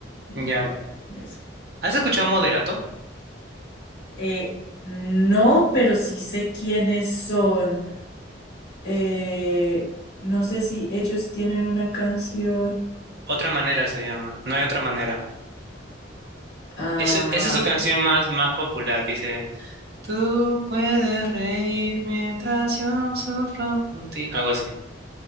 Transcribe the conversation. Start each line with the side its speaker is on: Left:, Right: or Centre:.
Left: ¿verdad?
Right: ya.
Left: Es-
Right: ¿Has escuchado Moderato?
Left: eh, no, pero sí sé quiénes son. Eh, no sé si ellos tienen una canción.
Right: Otra manera se llama, no hay otra manera.
Left: Ah,
Right: Es- esa es su canción más, más popular que dice, Tú puedes reír mientras yo sufro por ti. Algo así.